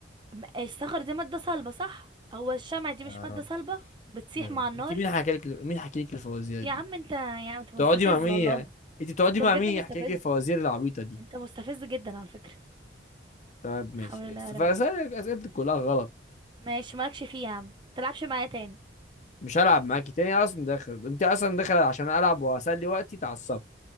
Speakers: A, on the right; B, on the left.
A: م- الصخر دي مادة صلبة صح هو الشمع دي مش
B: يا
A: مادة
B: رب
A: صلبة بتسيح
B: يا رب
A: مع النار
B: انت مين حكى لك مين حكى لك الفوازير
A: يا
B: دي
A: عم انت يا عم انت
B: بتقعدي
A: مستفز
B: مع مين
A: والله
B: يعني انت بتقعدي
A: انت
B: مع
A: بجد
B: مين
A: مستفز
B: يحكي لك الفوازير العبيطة دي
A: انت مستفز جدا على فكرة
B: طب ماشي
A: الحمد لله
B: بس
A: يا رب
B: فاسألك اسئلتك كلها غلط
A: ماشي مالكش فيه يا عم متلعبش معايا تاني
B: مش هلعب معاكي تاني أنا اصلا داخل انت اصلا داخل عشان العب واسلي وقتي اتعصبت